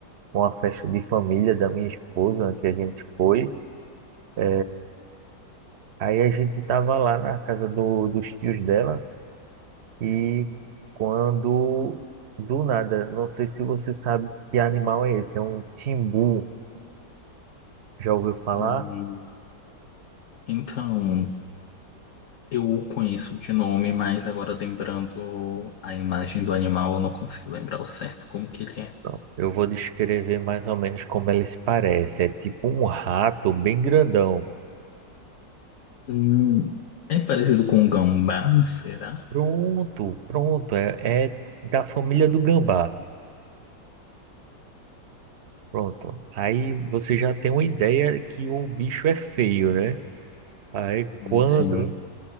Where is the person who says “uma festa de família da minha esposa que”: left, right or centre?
Right